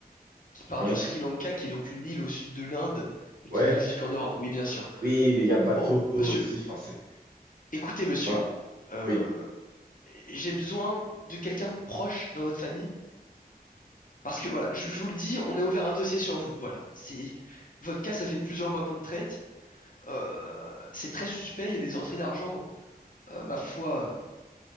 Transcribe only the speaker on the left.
qui part
du Sri Lanka, qui est donc une île au sud de l'Inde et
qui va jusqu'en Europe. Oui, bien sûr.
Euh,
bon, monsieur,
écoutez, monsieur,
euh,
j'ai besoin de quelqu'un proche dans votre famille parce que voilà, je, je vous le dis, on a ouvert un dossier sur vous. Voilà, c'est votre cas, ça fait plusieurs mois qu'on le traite. euh, c'est très suspect. Il y a des entrées d'argent, euh, ma foi,